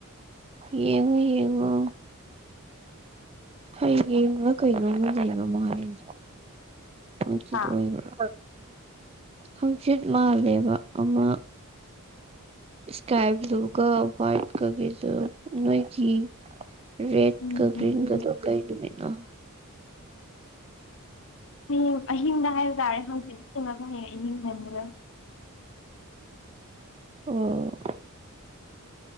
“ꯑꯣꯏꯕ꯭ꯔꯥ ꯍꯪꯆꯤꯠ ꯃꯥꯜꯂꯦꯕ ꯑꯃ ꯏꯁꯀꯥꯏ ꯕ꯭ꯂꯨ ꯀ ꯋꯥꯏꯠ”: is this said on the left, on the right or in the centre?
Right